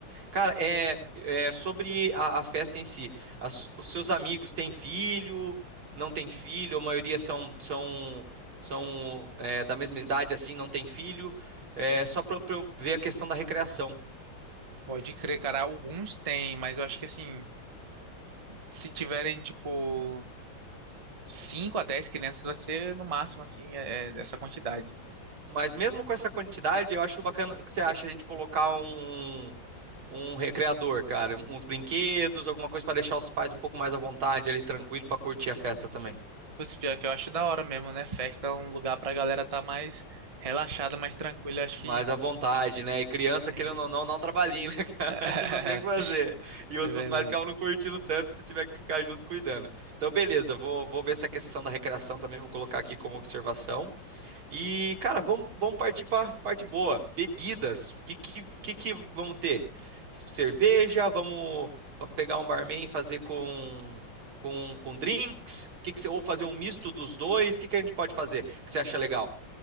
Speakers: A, on the right; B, on the right.
A: Cara, é, é sobre a, a festa em si. As- os seus amigos têm filho? Não têm filho? A maioria são são são é, da mesma idade, assim, não tem filho. É só para eu ver a questão da recreação.
B: Pode crer, cara. Alguns tem, mas eu acho que assim, se tiverem, tipo. 5 a 10 crianças vai ser no máximo, assim, é, é essa quantidade.
A: Mas mesmo com essa quantidade, eu acho bacana. O que você acha a gente colocar um um recreador, cara, uns brinquedos, alguma coisa para deixar os pais um pouco mais à vontade, ali tranquilo para curtir a festa também.
B: Putz, pior que eu acho da hora mesmo, né? Festa é um lugar pra galera tá mais relaxada, mais tranquila. eu Acho
A: Mais
B: que.
A: à vontade, né? E criança,
B: É.
A: querendo ou não, dá um trabalhinho, né, <laughs> cara?
B: <laughs>
A: Não tem o que fazer. E outros
B: É verdade.
A: pais ficavam não curtindo tanto se tiver que ficar junto cuidando. Então, beleza, vou, vou ver essa questão da recreação também, vou colocar aqui como observação. E, cara, vamos, vamos partir para parte boa. Bebidas. O que, que, que, que vamos ter? Cerveja, vamos pegar um barman e fazer com, com, com drinks? Que que, você- ou fazer um misto dos dois? O que, que a gente pode fazer que você acha legal?